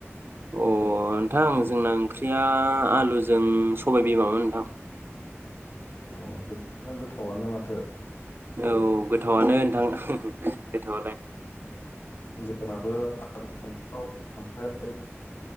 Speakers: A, on the right; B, on the left.
A: अ नोंथां जोंना ओंख्रिया आलुजों सबाइ बिमामोन नोंथां।
B: अ जोबनो गोथावआनो माथो।
A: औ गोथावआनो नोंथां गोथावालाय।
B: जोंना बो फान्थाव ओमफ्राय